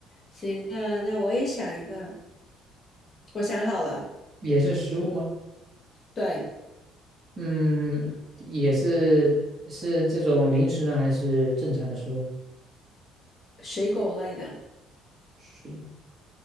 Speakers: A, on the left; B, on the right.
A: 行，那那我也想一个，我想好了，
B: 也是食物吗？
A: 对，
B: 嗯，也是，是这种零食呢，还是正常的食物？
A: 水果类的，
B: 水